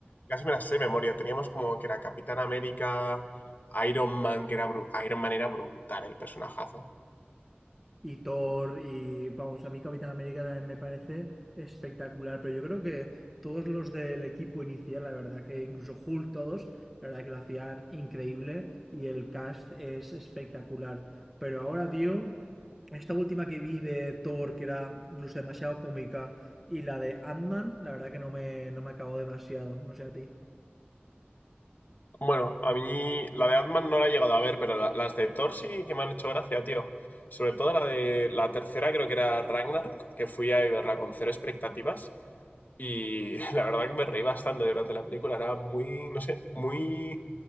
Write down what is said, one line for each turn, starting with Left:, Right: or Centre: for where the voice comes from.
Left: casi me las sé de memoria. Teníamos como que era Capitán América, Iron Man, que era bru- Iron Man era brutal el personajazo.
Centre: y Thor y vamos, a mí Capitán América también me parece espectacular, pero yo creo que todos los del equipo inicial, la verdad que incluso Hulk todos, la verdad que lo hacían increíble y el cast es espectacular. Pero ahora, tío, esta última que vi de Thor, que era incluso demasiado cómica, y la de Ant-Man, la verdad que no me, no me acabó demasiado, no sé a ti.
Left: Bueno, a mí la de Ant-Man no la he llegado a ver, pero la- las de Thor sí que me han hecho gracia, tío. Sobre todo la de la tercera, creo que era Ragnarok, que fui a verla con cero expectativas y <laughs> la verdad que me reí bastante durante la película. Era muy, no sé, muy